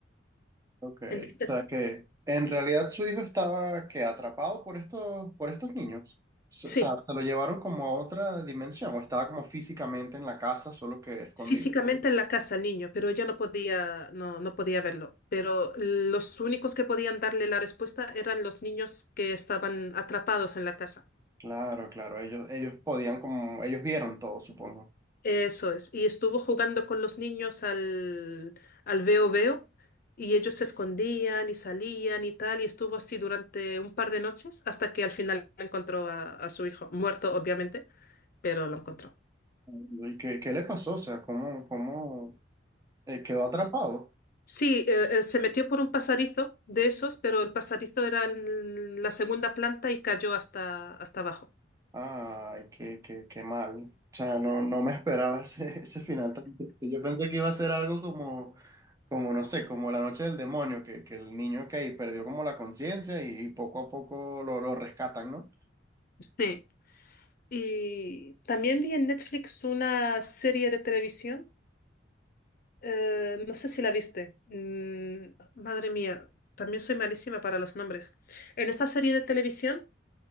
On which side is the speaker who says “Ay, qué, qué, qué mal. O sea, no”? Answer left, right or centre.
Right